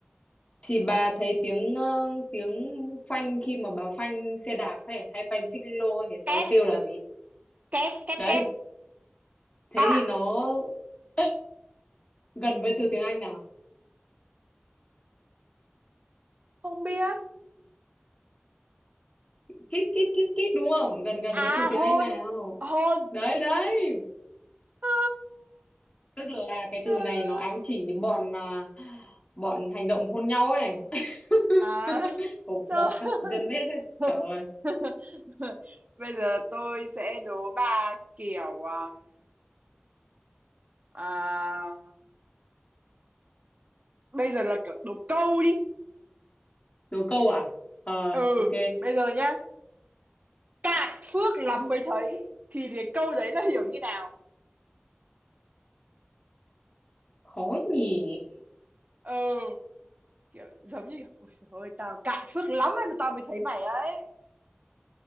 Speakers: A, on the left; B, on the right.
A: thì bà thấy tiếng ờ, tiếng phanh khi mà bà phanh xe đạp hay hay phanh xích lô thì
B: tét
A: nó kêu là gì
B: tét tét
A: đấy
B: tét
A: thế
B: à
A: thì nó <clears throat> gần với từ tiếng Anh nào
B: không biết
A: kít kít kít kít đúng không gần gần với
B: à
A: từ tiếng
B: hôn
A: Anh nào
B: hôn
A: đấy đấy
B: à,
A: tức là cái
B: trời
A: từ
B: ơi.
A: này nó ám chỉ bọn à, bọn hành động hôn nhau ấy <laughs>
B: à
A: của
B: trời
A: bọn các
B: ơi.
A: Gen Z ấy
B: <laughs>
A: trời ơi
B: Bây giờ tôi sẽ đố bà kiểu um, à, bây giờ là kiểu đố câu đi
A: đố câu à ờ
B: ừ
A: ok
B: bây giờ nhá cạn phước lắm mới thấy thì cái câu đấy là hiểu như nào
A: khó nhỉ
B: ừ kiểu giống như kiểu, ôi trời ơi tao cạn phước lắm ấy mà tao mới thấy mày ấy